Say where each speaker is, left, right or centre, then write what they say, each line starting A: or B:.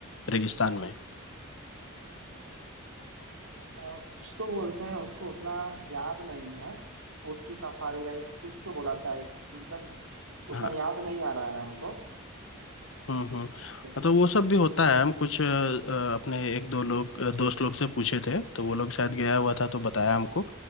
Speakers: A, on the left (about 60°); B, on the right (about 85°).
A: रेगिस्तान में
B: कुछ तो बोलते हैं उसको उतना याद नहीं है ऊँट की सफारी राइड कुछ तो बोला था एक- मतलब उतना
A: हाँ,
B: याद नहीं आ रहा है हमको
A: हम्म हम्म
B: लेकिन
A: तो वो सब भी होता है हम कुछ अ, अ, अपने एक दो लोग अ, दोस्त लोग से पूछे थे तो वो लोग शायद
B: हम्म,
A: गया हुआ था तो बताया हमको